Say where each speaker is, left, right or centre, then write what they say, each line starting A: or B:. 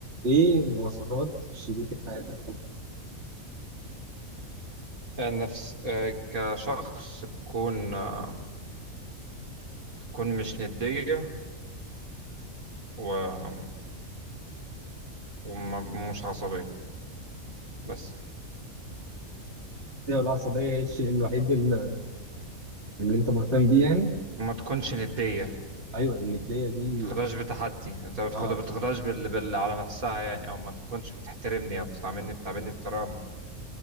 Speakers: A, on the right (about 50°); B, on the right (about 80°).
A: ايه مواصفات شريكة حياتك؟
B: نفس آه، كشخص تكون آه، تكون مش ندية و... ومش عصبية بس
A: ايوه العصبية هي الشيء الوحيد اللي, اللي انت مهتم بيه يعني
B: وما تكونش ندية ما
A: ايوه الندية دي
B: تاخدهاش بتحدي انت ما تاخد-
A: اه
B: ما تاخدهاش بال... بال... على نفسها يعني او ما تكونش بتحترمني او بتعاملني بتعاملني بطريقة